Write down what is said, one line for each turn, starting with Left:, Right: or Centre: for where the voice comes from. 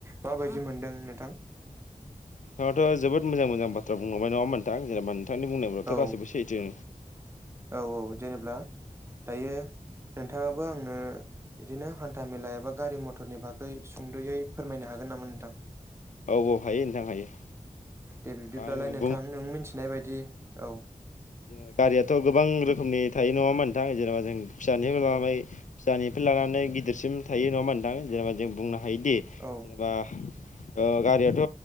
Right: माबायदि मोनदों नोंथां?
Left: नोंथाङाथ' जोबोद मोजां मोजां बाथ्रा बुंलांबाय नङा होमबा नोंथां जेनेबा नोंथांनि बुंनायफ्राथ'
Right: औ
Left: गासिबो सैथो।
Right: औ औ जेनेब्ला दायो। नोंथाङाबो आंनो बिदिनो हान्था मेला एबा गारि मथरनि बागै सुंद'यै फोरमायनो हागो गोन नामा नोंथां?
Left: औ औ हायो नोंथां हायो।
Right: दे बिब्दिब्लालाय
Left: आं
Right: नोंथां नों मिथिनाय बायदि औ।
Left: जेने गारियाथ' गोबां रोखोमनि थायो नङा होमबा ओनथां जेनेबा जों फिसानि माय।
Right: औ
Left: दानिफ्राय लानानै गिदिरसिम थायो नङा होमबा ओनथां जेनेबा जों बुंनो हायोदि
Right: औ
Left: जेनेबा। ओ गारियाथ'